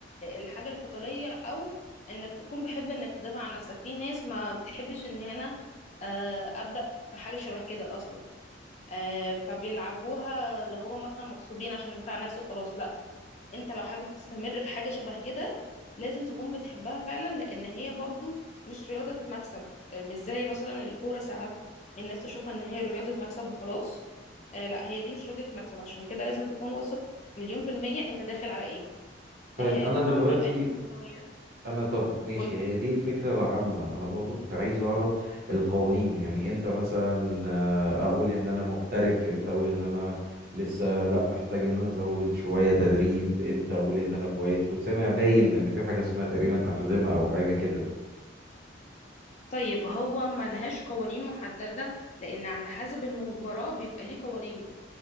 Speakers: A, on the left; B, on the right.
A: الحاجة القتالية او انك تكون بحب انك تدافع عن نفسك في ناس ما بتحبش ان هنا آه، ابدا في حاجة شبه كده اصلا آه، فبيلعبوها اللي هو مثلا مغصوبين عشان ادافع عن نفسي وخلاص لا انت لو حابب تستمر في حاجة شبه كده لازم تكون بتحبها فعلا لان هي برضو مش رياضة مكسب آه، مش زي مثلا الكورة ساعات الناس تشوفها ان هي رياضة مكسب وخلاص آه لا هي دي مش راضية مكسب عشان كده لازم تكون واثق مليون في المية انت داخل على ايه
B: طيب
A: آه
B: أنا
A: طبعا
B: دلوقتي
A: بيبقى ليها مستويات
B: انا طب ماشي
A: قولي.
B: هي دي الفكره العامه انا برضو كنت عايز اعرف القوانين يعني امتى مثلا آه، اقول ان انا محترف امتى اقول ان انا لسه لا محتاج ان انا ازود شويه تدريب امتى اقول ان انا كويس كنت سامع باين ان في حاجه اسمها تقريبا احزمه او حاجه كده
A: طيب هو ملهاش قوانين محددة لأن على حسب المباراة بيبقى ليه قوانين